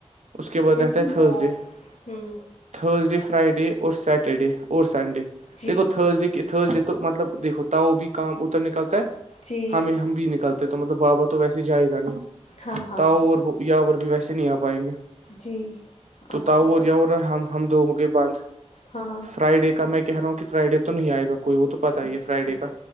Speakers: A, on the right (about 85°); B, on the left (about 70°).
A: اس کے بعد
B: پھر
A: رہتا
B: جی
A: ہے
B: میڈم
A: تھرز ڈے
B: ہوں
A: تھرز ڈے فرائیڈے اور سیٹرڈے اور سنڈے
B: جی
A: د گو تھرزڈے کہ تھرزڈے تو مطلب دیکو تاؤ بھی کام اتر نکلتا ہے
B: جی
A: ہمیں ہم بھی نکلتے تو مطلب بابا تو ویسے جائے گا نہیں
B: ہاں ہاں
A: تاؤ اور یاور بھی ویسے نہیں آ پائیں گے
B: جی
A: تو
B: اچھا
A: تاور یاور ہم ہم دگوں کے بند
B: ہاں
A: فرائیڈے کا میں کہہ رہا ہوں کہ فرائیڈے تو نہیں آئے گا کوئی وہ تو پتا
B: جی
A: ہی ہے فرائیڈے
B: ہاں
A: کا